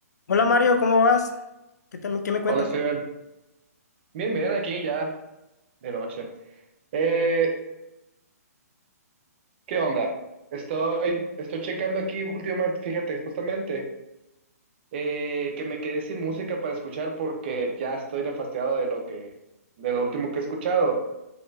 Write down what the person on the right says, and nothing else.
Hola Steven, bien, bien, aquí ya de noche. Eh, ¿qué onda? Estoy, estoy checando aquí últimamente, fíjate, justamente, eh, que me quedé sin música para escuchar porque ya estoy nefastiado de lo que, de lo último que he escuchado.